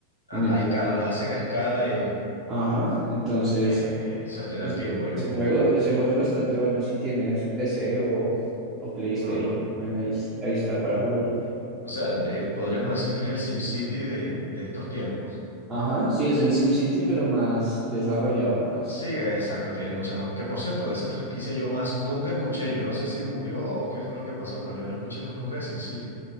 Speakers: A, on the left; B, on the right.
A: A,
B: En el...
A: a escala, las hacen a escala y
B: Ajá, entonces
A: eh, sostener
B: ese
A: tiempo yo.
B: ese juego, ese juego es bastante bueno si tienes PC o, o PlayStation,
A: Ajá.
B: también ahí, es- ahí está para jugar.
A: O sea, de- podríamos decir que es el SimCity de, de estos tiempos.
B: Ajá, sí, es el SimCity, pero más desarrollado, más...
A: Sí, exacto, tiene mucha más. Que por cierto, de esa franquicia yo más nunca escuché. Yo no sé si murió o qué fue lo que pasó, pero yo no escuché más nunca de SimCity.